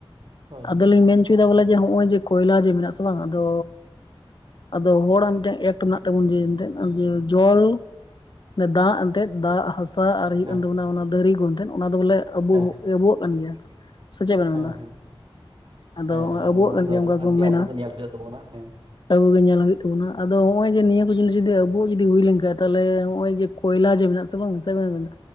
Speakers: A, on the right; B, on the left.
A: ᱦᱳᱭ
B: ᱟᱫᱚᱞᱤᱧ ᱢᱮᱱ ᱚᱪᱚᱭᱫᱟ ᱵᱚᱞᱮ ᱡᱮ ᱦᱚᱸᱜᱼᱚᱭ ᱡᱮ ᱠᱚᱭᱞᱟ ᱡᱮ ᱢᱮᱱᱟᱜ-ᱟ ᱥᱮ ᱵᱟᱝ ᱟᱫᱚ ᱟᱫᱚ ᱦᱚᱲᱟᱜ ᱢᱮᱫᱴᱟᱝ ᱮᱴ ᱛᱮ ᱢᱮᱱᱟᱜ ᱛᱟᱵᱚᱱ ᱡᱮ ᱮᱱᱛᱮᱫ ᱡᱮ ᱡᱚᱞ ᱫᱟᱜ ᱮᱱᱛᱮᱫ ᱫᱟᱜ ᱦᱟᱥ ᱥᱟ ᱟᱨ ᱦᱩᱭᱩᱜ
A: ᱦᱮᱸ
B: ᱠᱟᱱ ᱛᱟᱵᱚᱱᱟ ᱚᱱᱟ ᱫᱷᱟᱨᱤ ᱠᱩ ᱮᱱᱛᱮᱫ ᱚᱱᱟ ᱫᱚ ᱵᱚᱞᱮ ᱟᱵᱚ
A: ᱦᱮᱸ
B: ᱟᱵᱚᱣᱟᱜ ᱠᱟᱱ ᱜᱮᱭᱟ᱾ ᱥᱮ ᱪᱮᱫ ᱵᱮᱱ ᱢᱮᱱ
A: ᱦᱮᱸ
B: ᱫᱟ?
A: ᱦᱮᱸ
B: ᱟᱫᱚ
A: ᱦᱮᱸ
B: ᱦᱚᱸᱜᱼᱚᱭ ᱟᱵᱚᱣᱟᱜ
A: ᱱᱚᱣᱟ
B: ᱠᱟᱱ
A: ᱠᱚᱫᱚ
B: ᱜᱮᱭᱟ
A: ᱟᱵᱚ
B: ᱚᱱᱠᱟ ᱠᱚ ᱢᱮᱱᱟ᱾
A: ᱟᱵᱚᱜᱮ ᱧᱮᱞ ᱦᱳᱭᱳᱜ ᱛᱟᱵᱚᱱᱟ ᱦᱮᱸ᱾
B: ᱟᱵᱚ ᱜᱮ ᱧᱮᱞ ᱦᱩᱭᱩᱜ ᱛᱟᱵᱚᱱᱟ ᱟᱫᱚ ᱱᱚᱜ-ᱚᱭ ᱡᱮ ᱱᱤᱭᱟᱹ ᱠᱚ ᱡᱤᱱᱤᱥ ᱡᱩᱫᱤ ᱟᱵᱚᱣᱟᱜ ᱡᱩᱫᱤ ᱦᱩᱭ ᱞᱮᱱ ᱠᱷᱟᱡ ᱛᱟᱞᱦᱮ ᱱᱚᱜᱼᱚᱭ ᱡᱮ ᱠᱚᱭᱞᱟ ᱡᱮ ᱢᱮᱱᱟᱜ ᱛᱟᱵᱚᱱᱟ ᱪᱮᱜ ᱵᱮᱱ ᱢᱮᱱᱫᱟ